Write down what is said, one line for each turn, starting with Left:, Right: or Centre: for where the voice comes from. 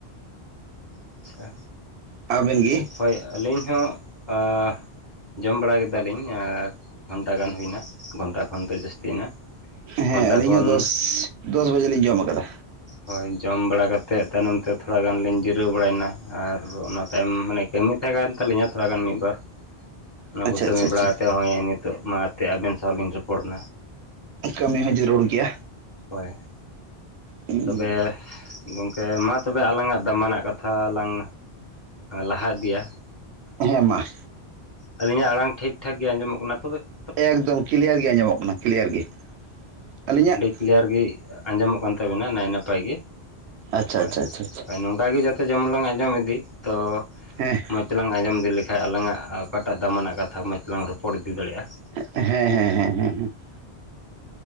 Left: ᱟᱪᱪᱷᱟ᱾
Right: ᱟᱵᱮᱱ ᱜᱮ?
Left: ᱴᱷᱤᱠ ᱦᱳᱭ ᱟᱹᱞᱤᱧ ᱦᱚᱸ ᱟ ᱡᱚᱢ ᱵᱟᱲᱟ ᱠᱮᱫᱟᱞᱤᱧ ᱟᱨ ᱜᱷᱚᱱᱴᱟ ᱜᱟᱱ ᱦᱩᱭᱱᱟ, ᱜᱷᱚᱱᱴᱟ ᱠᱷᱚᱱ ᱫᱚ ᱡᱟᱹᱥᱛᱤᱭᱮᱱᱟ᱾
Right: ᱦᱮᱸ
Left: ᱜᱷᱚᱱᱴᱟ
Right: ᱟᱹᱞᱤᱧ
Left: ᱠᱷᱚᱱ
Right: ᱦᱚᱸ ᱫᱚᱥ, ᱫᱚᱥ ᱵᱟᱡᱮ ᱞᱤᱧ ᱡᱚᱢ ᱠᱟᱫᱟ᱾
Left: ᱦᱳᱭ ᱡᱚᱢ ᱵᱟᱲᱟ ᱠᱟᱛᱮᱫ ᱛᱟᱭᱱᱚᱢ ᱛᱮ ᱛᱷᱚᱲᱟ ᱜᱟᱱ ᱞᱤᱧ ᱡᱤᱨᱟᱹᱣ ᱵᱟᱲᱟᱭᱱᱟ ᱟᱨ ᱚᱱᱟ ᱛᱟᱭᱚᱢ ᱢᱟᱱᱮ ᱠᱟᱹᱢᱤ ᱛᱟᱦᱮᱸ ᱠᱟᱱ ᱛᱟᱹᱞᱤᱧᱟ ᱛᱷᱚᱲᱟ ᱜᱟᱱ ᱢᱤᱫ ᱵᱟᱨ, ᱚᱱᱟ
Right: ᱟᱪᱪᱷᱟ
Left: ᱠᱚ ᱠᱟᱹᱢᱤ
Right: ᱟᱪᱪᱷᱟ ᱟᱪᱪᱷᱟ
Left: ᱵᱟᱲᱟ ᱠᱟᱛᱮᱫ ᱦᱚᱸᱜ-ᱚᱭ ᱱᱤᱛ ᱛᱳᱜ ᱢᱟ ᱛᱮ ᱟᱵᱤᱱ ᱥᱟᱶ ᱞᱤᱧ ᱨᱚᱯᱚᱲ <inaudible>
Right: ᱠᱟᱹᱢᱤ ᱦᱚᱸ ᱡᱟᱹᱨᱩᱲ ᱜᱮᱭᱟ᱾
Left: ᱦᱚᱭ ᱾
Right: ᱦᱮᱸ
Left: ᱛᱚᱵᱮ ᱜᱚᱝᱠᱮ ᱢᱟ ᱛᱚᱵᱮ ᱟᱞᱟᱝᱟᱜ ᱫᱟᱢᱟᱱᱟᱜ ᱠᱟᱛᱷᱟ ᱞᱟᱝ ᱞᱟᱦᱟ ᱤᱫᱤᱭᱟ ᱾
Right: ᱦᱮᱸ ᱢᱟ ᱾
Left: ᱟᱹᱞᱤᱧᱟᱜ ᱟᱲᱟᱝ ᱴᱷᱤᱠ ᱴᱷᱟᱠ ᱜᱮ ᱟᱸᱡᱚᱢᱚᱜ ᱠᱟᱱᱟ ᱛᱚᱵᱮ ᱾
Right: ᱮᱠᱫᱚᱢ ᱠᱞᱤᱭᱟᱨ ᱜᱮ ᱟᱸᱡᱚᱢᱚᱜ ᱠᱟᱱᱟ ᱠᱞᱤᱭᱟᱨ ᱜᱮ ᱟᱹᱞᱤᱧᱟᱜ ᱾
Left: ᱠᱞᱤᱨᱭᱟᱨ ᱜᱮ ᱟᱸᱡᱚᱢᱚᱜ ᱠᱟᱱ ᱛᱟᱹᱵᱤᱱᱟ ᱱᱟᱭ ᱱᱟᱯᱟᱭ ᱜᱮ
Right: ᱟᱪᱪᱷᱟ
Left: ᱦᱳᱭ
Right: ᱟᱪᱪᱷᱟ ᱟᱪᱪᱷᱟ ᱟᱪᱪᱷᱟ
Left: ᱦᱳᱭ ᱱᱚᱝᱠᱟ ᱜᱮ ᱡᱟ ᱛᱮ ᱡᱚᱢᱚᱱ ᱞᱟᱝ ᱟᱸᱡᱚᱢ ᱤᱫᱤ ᱛᱚ
Right: ᱦᱮᱸ
Left: ᱢᱚᱸᱡᱽ ᱛᱮᱞᱟᱝ ᱟᱸᱡᱚᱢ ᱤᱫᱤ ᱞᱮᱠᱷᱟᱡ ᱟᱞᱟᱝᱟᱜ ᱚᱠᱟᱴᱟᱜ ᱫᱟᱢᱟᱱᱟᱜ ᱠᱟᱛᱷᱟ ᱢᱚᱪ ᱛᱮᱞᱟᱝ ᱨᱚᱯᱚᱲ ᱤᱫᱤ ᱫᱟᱲᱮᱜᱼᱟ ᱾
Right: ᱦᱮᱸ ᱦᱮᱸ ᱦᱮᱸ ᱦᱮᱸ ᱦᱮᱸ ᱾